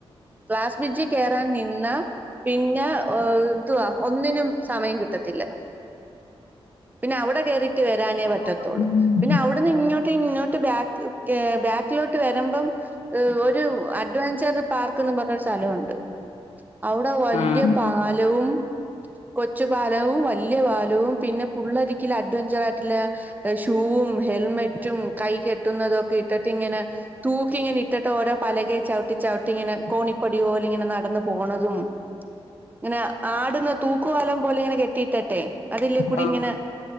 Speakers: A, on the right; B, on the left.
A: ക്ലാസ് ബ്രിഡ്ജിൽ കയറാൻ നിന്ന പിന്നെ എന്തുവാ ഒന്നിനും സമയം കിട്ടത്തില്ല പിന്നെ അവിടെ കേയറിയിട്ട് വരാനേ പറ്റത്തൊുള്ളൂ
B: ഓ
A: പിന്നെ അവിടുന്ന് ഇങ്ങോട്ട് ഇങ്ങോട്ട് ബാക്ക് ബാക്കിലോട്ട് വരുമ്പം ഒരു അഡ്വഞ്ചർ പാർക്ക്ന്ന് പറഞ്ഞരു സ്ഥലംുണ്ട് അവിടെ വല്യ
B: ആഹ്
A: പാലവും കൊച്ചു പാലവും വല്യയ പാലവും പിന്നെ ഫുൾ അഡ്വ കുജനാട്ടിലെ ഷൂവും ഹെൽമെറ്റ് റ്റും കൈ കെട്ടുന്നതൊ ഇട്ടിട്ടിങ്ങനെ തൂക്കിങ്ങെ ഇട്ടിട്ടൊരെ പലകയിൽ ചവി.... ട്ട ചവിട്ടി ഇങ്ങനെ കോണിപ്പടി പോല ഇങ്ങന നടന്ന പോണതും ഇങ്ങനെ ആടുന്ന തൂക്കുവാലം പോലെ ഇങ്ങനെെ കെ... ത്തട്ടെ അതില്ലേ കൂടി
B: ഓ
A: ഇങ്ങനെ